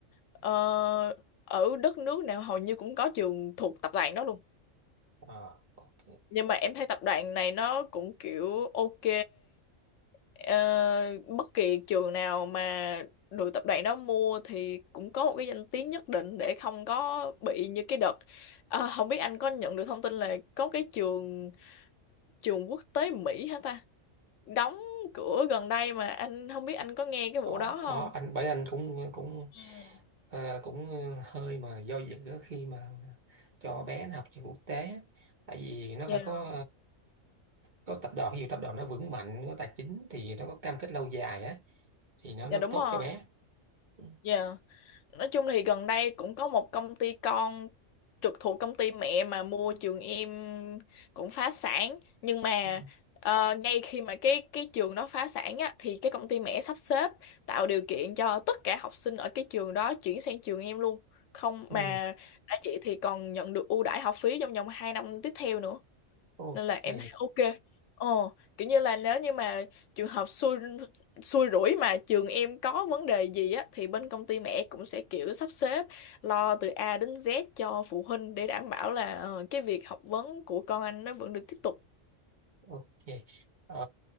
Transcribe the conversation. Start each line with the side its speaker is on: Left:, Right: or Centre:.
Left: ờ, ở đất nước nào hầu như cũng có trường thuộc tập đoàn đó luôn
Right: Ờ, ok
Left: nhưng mà em thấy tập đoàn này nó cũng kiểu ok Ờ, bất kỳ trường nào mà được tập đoàn đó mua thì cũng có một cái danh tiếng nhất định để không có bị như cái đợt Ờ, không biết anh có nhận được thông tin là có cái trường trường quốc tế Mỹ hả ta đóng cửa gần đây mà anh không biết anh có nghe cái
Right: có
Left: vụ đó
Right: có
Left: không
Right: anh bởi anh cũng cũng
Left: Ừ.
Right: ờ, cũng hơi mà do dự khi mà cho bé nó học trường quốc tế á. tại vì nó
Left: dạ
Right: phải có có tập đoàn nhiều tập đoàn nó vững mạnh có tài chính thì nó có cam kết lâu dài á thì nó
Left: dạ
Right: nó
Left: đúng
Right: tốt
Left: rồi
Right: cho bé ừ.
Left: dạ Nói chung thì gần đây cũng có một công ty con trực thuộc công ty mẹ mà mua trường em cũng phá sản nhưng mà
Right: Ừ.
Left: ờ, ngay khi mà cái cái trường đó phá sản á thì cái công ty mẹ sắp xếp tạo điều kiện cho tất cả học sinh ở cái trường đó chuyển sang trường em luôn không
Right: ừ.
Left: mà đã chị thì còn nhận được ưu đãi học phí trong vòng 2 năm tiếp theo nữa
Right: ok
Left: nên là em thấy ok ồ kiểu như là nếu như mà trường hợp xui xui rủi mà trường em có vấn đề gì á thì bên công ty mẹ cũng sẽ kiểu sắp xếp lo từ A đến Z cho phụ huynh để đảm bảo là ờ, cái việc học vấn của con anh nó vẫn được tiếp tục
Right: ok Ờ,